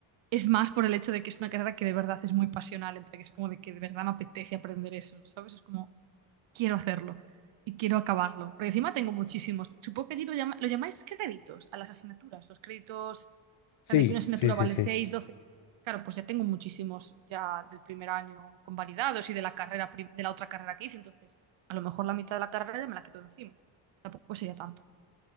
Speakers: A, on the right; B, on the left.
A: es más por el hecho de que es una carrera que de verdad es muy pasional, en plan, que es como de que de verdad me apetece aprender eso, ¿sabes? Es como, quiero hacerlo y quiero acabarlo. Porque encima tengo muchísimos. Supongo que allí lo, llama- lo llamáis créditos a las asignaturas. Los créditos
B: Sí,
A: en de que una asignatura
B: sí, sí,
A: vale
B: sí.
A: 6, 12. Claro, pues ya tengo muchísimos ya del primer año convalidados y de la carrera prim- de la otra carrera que hice. Entonces, a lo mejor la mitad de la carrera ya me la quito de encima. Tampoco sería tanto.